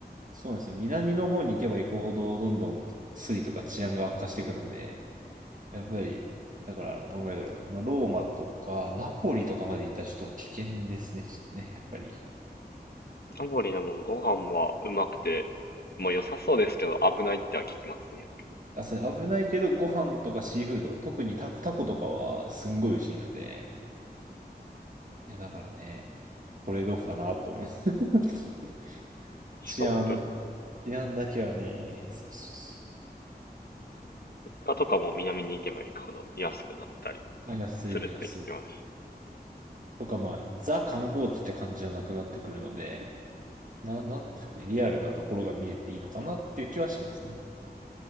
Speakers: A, on the right; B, on the left.
A: そうなんですよ。南の方に行けば行くほど、どんどんスリとか治安が悪化していくので、やっぱり、だから、どんぐらいだろう。まあ、ローマとか、ナポリとかまで行ったらちょっと危険ですね、ちょっとね、やっぱり。
B: ナポリのもんご飯はうまくて、もう良さそうですけど危ないっては聞きますね。
A: あ、それ危ないけど、ご飯とかシーフード、特にタコ、タコとかはすんごい美味しいので、いや、だからね、トレードオフだなと思います。<laughs>
B: しかも物
A: 治安、治安だけはね、そうそうそ
B: 価とかも南に行けば行くほど安くなったり
A: うあ、安い、
B: するって聞きまし
A: 安い。とか、まあ、ザ観光地って感じじゃなくなってくるので、な、なんていうんですかね、リアルなところが見れていいのかなっていう気はしますね。